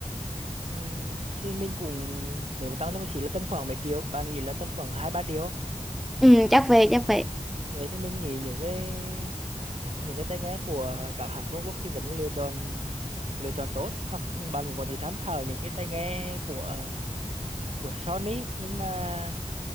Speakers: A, on the right (about 55°); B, in the centre.
A: ừm, thì mình cũng nếu mà tăng lên một xí là tầm khoảng mấy triệu bạn nghĩ là tầm khoảng hai ba triệu
B: ừ, chắc vậy chắc vậy
A: vậy thì mình nghĩ những cái những cái tai nghe của các hãng Trung Quốc thì vẫn lựa chọn lựa chọn tốt hoặc bạn cũng có thể tham khảo những cái tai nghe của của Sony nhưng mà